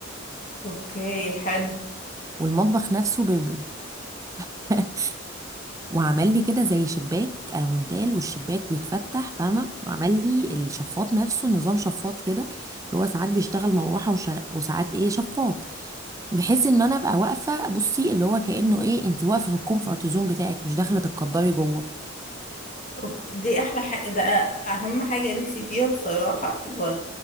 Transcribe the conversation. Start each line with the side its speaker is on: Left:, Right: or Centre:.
Left: اوكي حلو
Right: والمطبخ نفسه بيبل <laughs> وعمل لي كده زي شباك المونتال والشباك بيتفتح فاهمه وعمل لي الشفاط نفسه نظام شفاط كده اللي هو ساعات بيشتغل مروحه وش... وساعات ايه شفاط بحيث ان انا ابقى واقفه بصي اللي هو كانه ايه انت واقفه في الكومفورت زون بتاعك مش داخله تتقدري جوه
Left: أوك- دي احلى حاجة ده اهم حاجة نفسي فيها بصراحة اللي هو